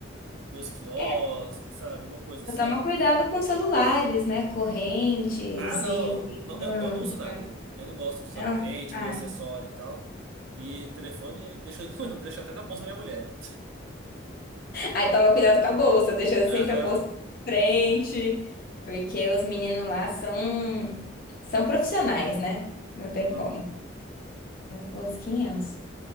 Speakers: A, on the right; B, on the left.
A: ver os quiosques,
B: É,
A: sabe? Alguma coisa assim.
B: só toma cuidado com celulares, né? Correntes
A: Ah, não!
B: e aliança.
A: Não, eu, eu não uso nada. Eu não gosto de usar
B: Não.
A: corrente,
B: Ai.
A: nenhum acessório e tal. E telefone deixa, <laughs> deixa até na bolsa da minha mulher.
B: Aí toma cuidado com a bolsa, deixa
A: <laughs>
B: sempre
A: Aham.
B: a bolsa na frente, porque os meninos lá são, são profissionais, né? Não tem
A: Uhum.
B: como. Outros 500.